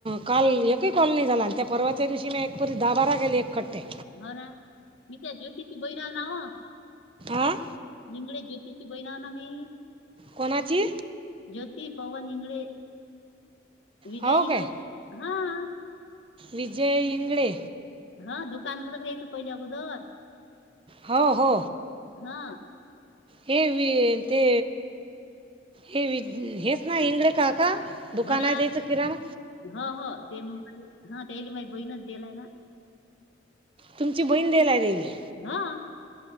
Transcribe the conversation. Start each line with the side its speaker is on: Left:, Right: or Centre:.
Right: काल एकही कॉल नाही झाला आणि त्या परवाच्या दिवशी मी एक परी दहा बारा गेले एक कट ते.
Left: हो ना मी त्या ज्योतीची बहीणा नाव
Right: आयं
Left: निंगडे जोशीची बहीण आहे ना मी.
Right: कोणाची
Left: ज्योती पवन हिंगळे, विजय
Right: हो
Left: हिंगळेची
Right: काय
Left: हा.
Right: विजय इंगळे.
Left: हा दुकान तच <unintelligible> पहिली अगोदर.
Right: हो हो.
Left: हा
Right: हे वि अं ते हे वि हेच ना एंगळे काका? दुकान
Left: हो ना.
Right: आहे द्यायचं किराणा
Left: हो हो ते मग मली हं त्याली माझी बहीणच दिलाय ना.
Right: तुमची बहीण तेला दिले.
Left: हां.